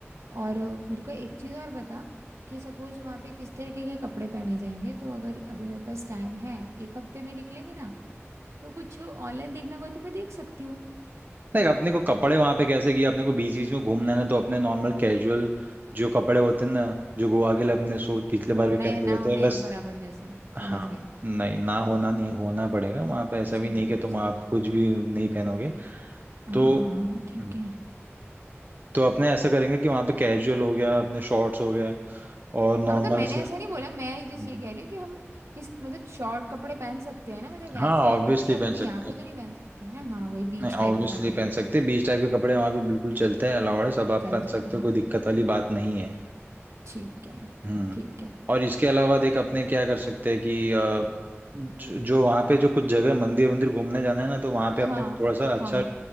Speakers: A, on the right; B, on the right.
A: और अ, मेरे को एक चीज़ और बता कि सपोज वहाँ पे किस तरीके के कपड़े पहने जाएंगे तो अगर अभी मेरे पास टाइम है एक हफ्ते में निकलेंगे ना तो कुछ ऑनलाइन देखना हो तो मैं देख सकती हूँ
B: नहीं अपने को कपड़े वहां पे कैसे किए अपने को बीच बीच में घूमना है ना तो अपने नॉर्मल कैजुअल जो कपड़े होते हैं ना जो गोवा के लिए अपने सो पिछले बार
A: होना
B: भी पहनते
A: या ना
B: हुए
A: होना
B: थे बस
A: एक बराबर जैसे
B: हाँ
A: समझ गई
B: नहीं ना होना नहीं होना पड़ेगा वहां पे ऐसा
A: ठीक
B: भी नहीं
A: है ठीक
B: कि तुम
A: है ठीक
B: आप
A: है
B: कुछ भी नहीं पहनोगे
A: हाँ
B: तो
A: हाँ हाँ ठीक
B: हम्म,
A: है
B: तो अपने ऐसा करेंगे कि वहां पे कैजुअल हो गया अपने शॉर्ट्स हो गए और नॉर्मल
A: हाँ मतलब मैंने
B: ऐसे
A: ऐसा नहीं बोला मैं
B: हम्म,
A: जस्ट ये कह रही हूँ कि हम किस मतलब शॉर्ट कपड़े पहन सकते हैं ना मतलब वैसे
B: हाँ
A: करके
B: ऑब्वियसली
A: क्योंकि अब
B: पहन
A: अभी
B: सकते
A: यहाँ पे
B: हैं
A: तो नहीं पहन सकते हैं ना हाँ वही बीच
B: नहीं
A: टाइप
B: ऑब्वियसली
A: के कपड़े
B: पहन सकते हैं बीच टाइप के कपड़े वहां पे बिल्कुल चलते हैं अलाउड है सब आप
A: चल
B: पहन
A: जाएंगे
B: सकते
A: हाँ
B: हो कोई दिक्कत वाली बात नहीं है
A: ठीक है
B: हम्म
A: ठीक है
B: और इसके अलावा देख अपने क्या कर सकते हैं कि अ, जो, जो वहाँ पे जो कुछ जगह मंदिर मंदिर घूमने जाना है ना तो वहाँ पे अपने
A: हाँ
B: को थोड़ा सा
A: हाँ
B: अच्छा
A: हाँ।